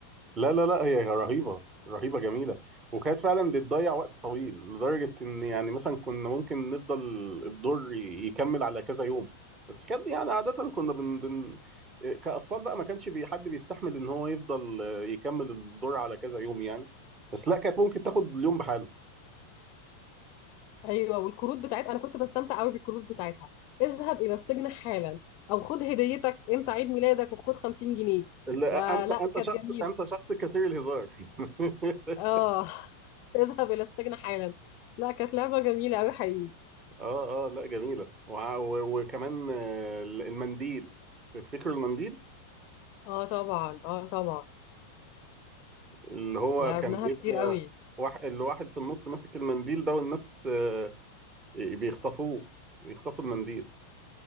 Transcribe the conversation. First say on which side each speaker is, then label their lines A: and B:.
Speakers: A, on the right; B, on the left.
A: لا لا لا هي رهيبه رهيبه جميله وكانت فعلا بتضيع وقت طويل لدرجه ان يعني مثلا كنا ممكن نفضل الدور ي- يكمل على كذا يوم بس كانت يعني عاده كنا بن, بن كاطفال بقى ما كانش بي حد بيستحمل ان هو يفضل آه، يكمل الدور على كذا يوم يعني بس لا كانت ممكن تاخد اليوم بحاله
B: ايوه والكروت بتاعتها انا كنت بستمتع قوي بالكروت بتاعتها اذهب الى السجن حالا او خد هديتك انت عيد ميلادك وخد 50 جنيه
A: لا،
B: فلا
A: انت انت
B: كانت
A: شخص
B: جميله
A: انت شخص كثير الهزار <laughs>
B: اه <laughs> اذهب الى السجن حالا لا كانت لعبه جميله قوي حقيقي
A: اه اه لا جميلة وع- و- وكمان آه، المنديل تفتكروا المنديل
B: اه طبعا اه طبعا
A: اللي هو
B: لعبناها
A: كان بيبقى
B: كتير قوي
A: واحد اللي واحد في النص ماسك المنديل ده والناس آه، بيخطفوه بيخطفوا المنديل